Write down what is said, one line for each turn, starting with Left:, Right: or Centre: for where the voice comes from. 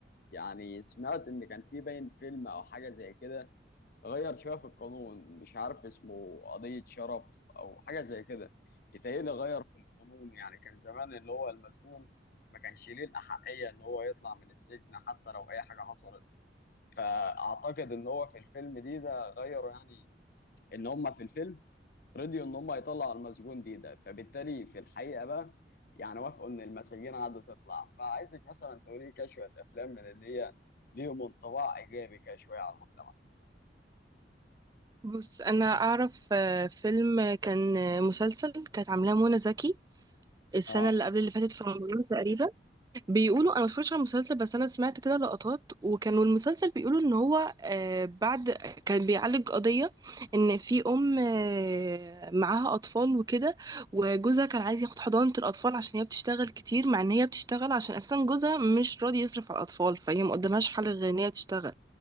Left: يعني سمعت ان كان في باين فيلم او حاجه زي كده غير شويه في القانون مش عارف اسمه قضيه شرف او حاجه زي كده يتهيألي غير في القانون يعني كان زمان اللي هو المسجون ما كانش ليه الاحقيه ان هو يطلع من السجن حتى لو اي حاجه حصلت فاعتقد ان هو في الفيلم دي ده غيروا يعني ان هم في الفيلم رضيوا ان هم يطلعوا المسجون دي ده فبالتالي في الحقيقه بقى يعني وافقوا ان المساجين قعدت تطلع فعايزك مثلا تقولي لي كده شويه افلام من اللي هي ليهم انطباع ايجابي كده شويه على المجتمع
Right: بص انا اعرف آه، فيلم كان آه، مسلسل كانت عاملاه منى زكي السنه
Left: اه
Right: اللي قبل اللي فاتت في رمضان تقريبا بيقولوا انا ما اتفرجتش على المسلسل بس انا سمعت كده لقطات وكانوا المسلسل بيقولوا ان هو آه، بعد كان بيعالج قضيه ان في ام آه، معاها اطفال وكده وجوزها كان عايز ياخد حضانه الاطفال عشان هي بتشتغل كتير مع ان هي بتشتغل عشان اساسا جوزها مش راضي يصرف على الاطفال فهي ما قدامهاش حل غير ان هي تشتغل